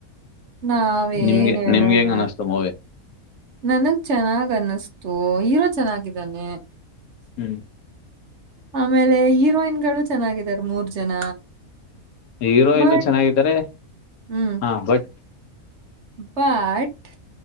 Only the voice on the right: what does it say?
ನಾವೇಏನ್
ಹೇಳೋಣ.
ನನಗ್ ಚೆನ್ನಾಗ್ ಅನ್ನಿಸ್ತು ಹೀರೋ ಚೆನ್ನಾಗಿದ್ದಾನೆ.
ಆಮೇಲೆ ಹೀರೋಯಿನ್ ಗಳು ಚೆನ್ನಾಗಿದ್ದಾರೆ ಮೂರ್ ಜನ.
ಬಟ್
ಹ್ಮ್
ಬಟ್